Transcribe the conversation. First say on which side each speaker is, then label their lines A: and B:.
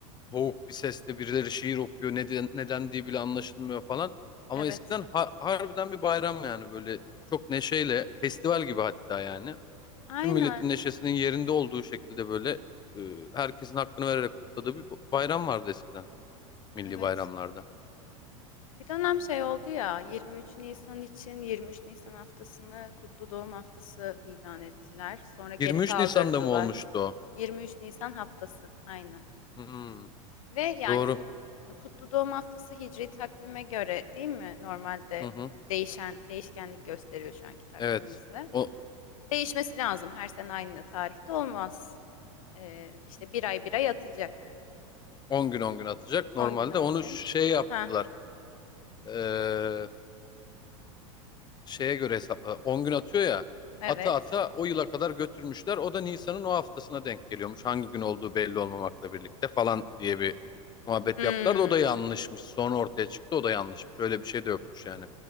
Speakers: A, on the left (about 25°); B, on the left (about 75°).
A: boğuk bir sesle birileri şiir okuyor. Neden, neden diye bile anlaşılmıyor falan. Ama
B: Evet.
A: eskiden ha- harbiden bir bayram yani böyle çok neşeyle, festival gibi hatta yani.
B: Aynen.
A: Tüm milletin neşesinin yerinde olduğu şekilde böyle e, herkesin hakkını vererek kutladığı bir bayram vardı eskiden, milli
B: Evet.
A: bayramlarda.
B: Bir dönem şey oldu ya 23 Nisan için 23 Nisan haftasını kutlu doğum haftası ilan ettiler. Sonra geri
A: 23
B: kaldırdılar.
A: Nisan'da mı olmuştu o?
B: 23 Nisan haftası. Aynen.
A: Hmm,
B: Ve yani
A: doğru.
B: kut- Kutlu Doğum Haftası Hicri takvime göre değil mi? Normalde
A: Hı hı.
B: e, değişen değişkenlik gösteriyor şu anki takvimimizle.
A: Evet. O
B: Değişmesi lazım. Her sene aynı tarihte olmaz. Ee, işte bir ay bir ay atacak.
A: on gün on gün atacak. Normalde
B: on gün 10
A: onu
B: gün.
A: şey yaptılar.
B: Ha,
A: Ee, şeye göre hesapla. 10 gün atıyor ya.
B: evet.
A: Ata ata o yıla kadar götürmüşler. O da Nisan'ın o haftasına denk geliyormuş. Hangi gün olduğu belli olmamakla birlikte falan diye bir muhabbet
B: Hmm.
A: yaptılar da o da yanlışmış. Sonra ortaya çıktı o da yanlışmış. Öyle bir şey de yokmuş yani.